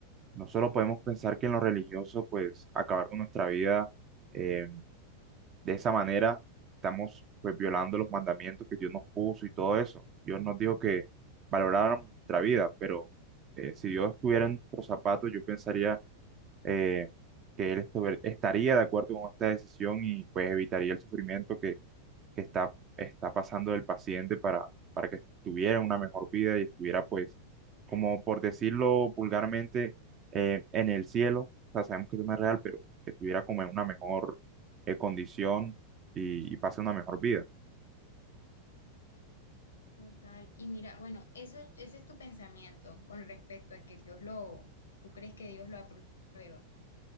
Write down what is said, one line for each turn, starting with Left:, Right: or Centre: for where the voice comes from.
Right: no solo podemos pensar que en lo religioso, pues acabar con nuestra vida eh, de esa manera, estamos pues violando los mandamientos que Dios nos puso y todo eso. Dios nos dijo que valoráramos nuestra vida, pero eh, si Dios estuviera en nuestros zapatos, yo pensaría eh, que Él estuviera- estaría de acuerdo con esta decisión y pues evitaría el sufrimiento que que está, está pasando el paciente para, para que tuviera una mejor vida y estuviera, pues, como por decirlo vulgarmente, eh, en el cielo. O sea, sabemos que eso no es real, pero que estuviera como en una mejor eh, condición y, y pase una mejor vida.
Left: Total. Y mira, bueno, eso, es- ese es tu pensamiento con respecto a que Dios lo, tú crees que Dios lo aprueba.